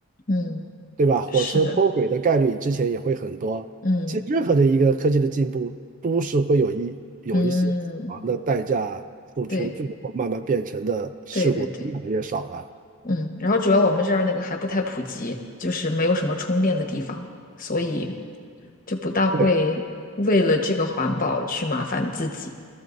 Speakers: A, on the left; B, on the right.
A: 嗯，
B: 对吧？火车脱轨的概率之前也会很多。
A: 是的，嗯
B: 其实任何的一个科技的进步，都是会有一有一些死亡的代价付出，
A: 嗯，对
B: 最后慢慢变成的事故越来越少了。
A: 对对对，嗯。然后主要我们这儿那个还不太普及，就是没有什么充电的地方，所以就不大会为了这个环保去麻烦自己，
B: 对，